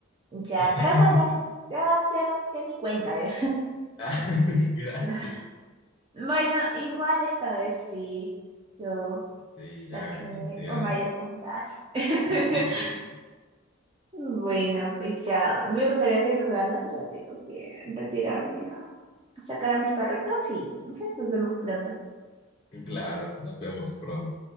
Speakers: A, on the right; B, on the left.
A: ya,
B: <laughs>
A: pero esa no- ya, ya no, ya ni cuenta, ¿eh?
B: Ah, <laughs> Gracias.
A: <laughs> Bueno, igual esta vez sí, yo
B: Sí, ya
A: saqué
B: ganaste. Ya,
A: un mayor
B: ya.
A: puntaje. <laughs>
B: <laughs>
A: Bueno, pues ya me gustaría seguir jugando, pero tengo que retirarme a sacar a mis perritos y no sé, nos vemos pronto.
B: Claro, nos vemos pronto.